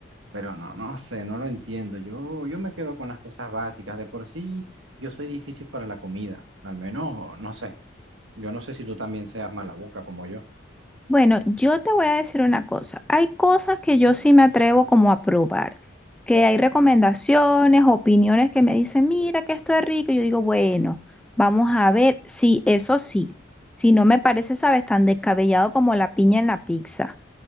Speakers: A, on the right; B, in the centre.
A: pero no, no sé, no lo entiendo. Yo, yo me quedo con las cosas básicas. De por sí, yo soy difícil para la comida. Al menos, no sé. Yo no sé si tú también seas mala boca como yo.
B: Bueno, yo te voy a decir una cosa. Hay cosas que yo sí me atrevo como a probar, que hay recomendaciones, opiniones que me dicen, mira que esto es rico. Yo digo, bueno, vamos a ver si eso sí, si no me parece, sabes, tan descabellado como la piña en la pizza.